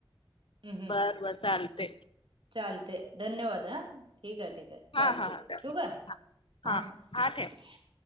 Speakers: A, on the right; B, on the left.
A: हम्म हम्
B: बरं बरं चालतंय.
A: चालतंय धन्यवाद हा ठीक आहे ठीक आहे. चालतंय
B: हा हा. हा.
A: ठेवू काय?
B: हा हा ठेव.